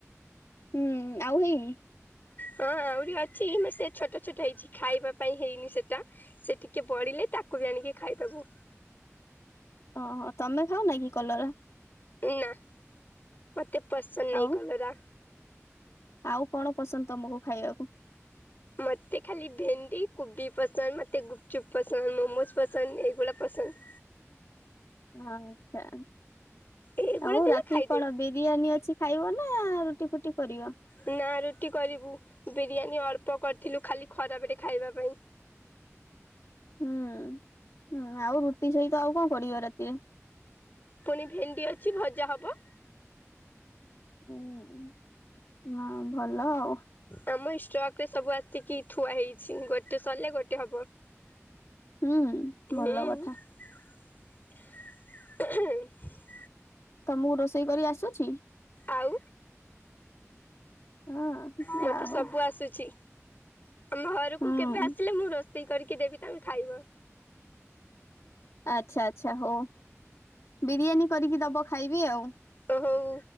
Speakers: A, on the left; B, on the left.
A: ହୁଁ ଆଉ ହେଇନି।
B: ହଁ ଆହୁରି ଅଛି ମ ସେ ଛୋଟ ଛୋଟ ହେଇଛି ଖାଇବା ପାଇଁ ହେଇନି ସେଟ। ସେ ଟିକେ ବଢିଲେ ତାକୁ ବି ଆଣିକି ଖାଇଦବୁ।
A: ଓହୋ ତମେ ଖାଉନା କି କଲରା?
B: ନା ମତେ ପସନ୍ଦ ନାଇଁ
A: ଆଉ
B: କଲରା।
A: ଆଉ କଣ ପସନ୍ଦ ତମକୁ ଖାଇବାକୁ?
B: ମତେ ଖାଲି ଭେଣ୍ଡି କୋବି ପସନ୍ଦ ମତେ ଗୁପଚୁପ୍ ପସନ୍ଦ ମୋମୋଜ ପସନ୍ଦ ଏଇଗୁଡା ପସନ୍ଦ।
A: ହ ଆଚଛା
B: ଏଇଗୁଡା
A: ଆଉ
B: ଦେଲେ
A: ରାତି
B: ଖାଇଦେବି
A: କଣ ବି ବିରିୟାନୀ ଅଛି ଖାଇବ ନା ରୁଟି ଫୁଟି କରିବ?
B: ନା ରୁଟି କରିବୁ ବିରିୟାନୀ ଅଳ୍ପ କରିଥିଲୁ ଖାଲି ଖରାପ ରେ ଖାଇବା ପାଇଁ।
A: ହୁଁ ହଁ ଆଉ ରୁଟି ସହିତ ଆଉ କଣ କରିବ ରାତିରେ?
B: ପୁଣି ଭେଣ୍ଡି ଅଛି ଭଜା ହବ।
A: ହ ହଁ ଭଲ ଆଉ।
B: ଆମ ଇଷ୍ଟକରେ ସବୁ ଆସିକି ଥୁଆ ହେଇଛି ଗୋଟେ ସରିଲେ ଗୋଟେ ହବ। ହୁଁ
A: ହୁଁ ଭଲ କଥା
B: ଏହେ
A: ତମୁକୁ ରୋଷେଇ କରି ଆସୁଛି?
B: ଆଉ
A: ହଁ ଯା
B: ମତେ ସବୁ
A: ହଉ
B: ଆସୁଛି ଆମ ଘରକୁ
A: ହୁଁ
B: କେବେ ଆସିଲେ ମୁଁ ର ରୋଷେଇ କରିକି ଦେବି ତମେ ଖାଇବ।
A: ଆଛା ଆଛା ହଉ ବିରିୟାନୀ କରିକି ଦବ ଖାଇବି ଆଉ।
B: ଓ ହଉ